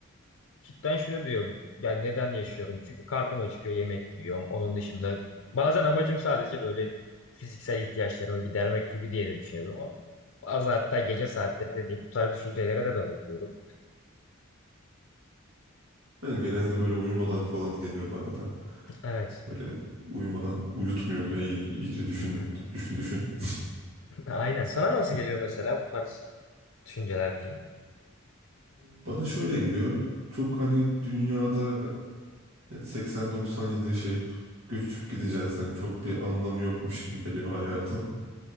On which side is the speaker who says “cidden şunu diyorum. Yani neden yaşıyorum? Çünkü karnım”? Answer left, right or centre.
Left